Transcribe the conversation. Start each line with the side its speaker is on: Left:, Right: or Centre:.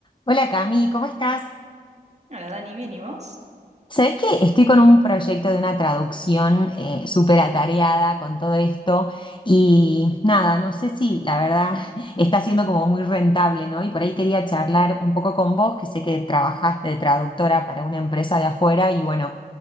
Left: Hola Cami, ¿cómo estás?
Right: Hola Dani, ¿bien y vos?
Left: Sabés que estoy con un proyecto de una traducción eh, súper atareada con todo esto y nada, no sé si la verdad <laughs> está siendo como muy rentable, ¿no? Y por ahí quería charlar un poco con vos, que sé que trabajás de traductora para una empresa de afuera y bueno,